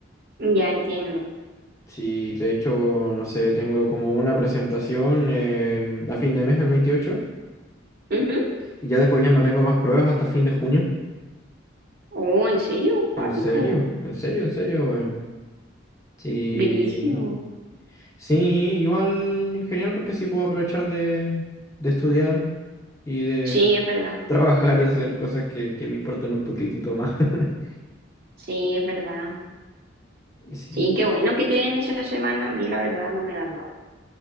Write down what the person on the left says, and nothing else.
Sí, de hecho, no sé, tengo como una presentación em, a fin de mes, el 28
y ya después ya no tengo más pruebas hasta fin de junio.
¿En serio? ¿En serio? ¿En serio? weón? Sí,
sí, igual genial porque así puedo aprovechar de, de estudiar y de
<laughs> trabajar y hacer cosas que, que me importan un poquitito más. <laughs>
Y Sí,